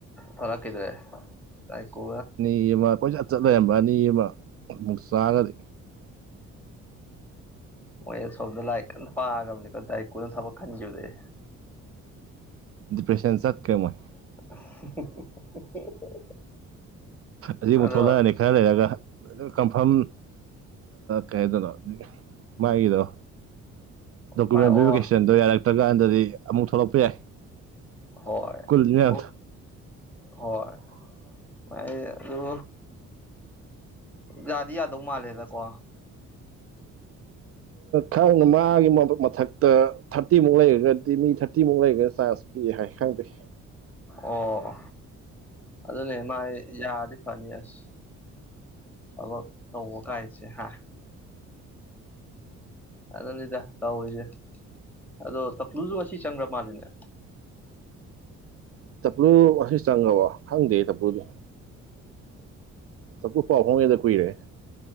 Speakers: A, in the centre; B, on the right.
A: ꯐꯂ ꯀꯩꯗ꯭ꯧꯔꯦ ꯑꯥꯏ ꯀꯣ
B: ꯑꯅꯤ ꯑꯃ ꯀꯣꯏꯆꯠ ꯆꯠ ꯂꯩꯔꯝꯕ ꯑꯅꯤ ꯑꯃ ꯑꯃꯨꯛ ꯆꯥꯔꯒꯗꯤ
A: ꯑꫭ ꯑꯦꯁ ꯍꫭꯝꯗ ꯂꯥꯏꯔꯤꯛ ꯀꯟꯅ ꯄꯥꯔꯝꯅꯤꯀꯣ ꯗꯥꯏ ꯀꯨꯅ ꯊꯕꯛ ꯈꯟꯈꯤꯕꯗꯩ
B: ꯗꯤꯄ꯭ꯔꯦꯁꯟ ꯆꯠ ꯈꯌꯦ ꯝꯣꯏ
A: <unintelligible>
B: ꯑꯁꯤꯕꯨꯛ
A: ꯑꯗꯣ
B: ꯊꯣꯛꯂꯛꯑꯅꯤ ꯈꯔ ꯂꯩꯔꯒ ꯀꯝꯐꯥꯝ ꯀꯩꯗꯅꯣ ꯃꯥꯏꯒꯤꯗꯣ ꯗꯣꯀꯨꯃꯦꯟ
A: ꯚꯥꯏ ꯑꯣ
B: ꯚꯦꯔꯤꯐꯤꯀꯦꯁꯟꯗꯣ ꯌꯥꯔꯛꯇ꯭ꯔꯀꯥꯟꯗꯗꯤ ꯑꯃꯨꯛ ꯊꯣꯛꯂꯛꯄ ꯌꯥꯏ
A: ꯍꯣꯏ
B: ꯀꯨꯜꯂꯤ ꯃꯌꯥꯝꯗꯣ
A: ꯊ ꯍꯣꯏ ꯃ ꯑꯗꯨ ꯌꯥꯗꯤ ꯌꯥꯗꯧ ꯃꯥꯜꯂꯦꯗꯀꯣ
B: ꯈꯪꯅ ꯃꯥꯒꯤ ꯃꯊꯛꯇ ꯊꯥꯔꯇꯤꯃꯨꯛ ꯂꯩꯔꯒꯗꯤ ꯃꯤ ꯊꯥꯔꯇꯤꯃꯨꯛ ꯂꯩꯈ꯭ꯔ ꯆꯥꯟꯁ ꯍꯥꯏ ꯈꯪꯗ꯭ꯔꯦ
A: ꯑꯣ ꯑꯗꯨꯅꯦ ꯃꯥꯥꯏ ꯌꯥꯔꯗꯤ ꯐꯅꯤ ꯑꯁ ꯊꯕꯛ ꯇꯧꯕ ꯀꯥꯏꯁꯦ ꯍꯥ ꯑꯗꯨꯅꯤꯗ ꯇꯧꯔꯤꯁꯦ ꯑꯗꯣ ꯇꯞꯂꯨꯁꯨ ꯉꯁꯤ ꯆꯪꯈ꯭ꯔ ꯃꯥꯜꯂꯤꯅꯦ
B: ꯇꯞꯂꯨ ꯉꯁꯤ ꯆꯪꯉꯕꯣ ꯈꯪꯗꯦ ꯇꯞꯄꯨꯗꯤ ꯁꯕꯨ ꯄꯥꯎꯣꯡ ꯌꯦꯗ ꯀꯏꯔꯦ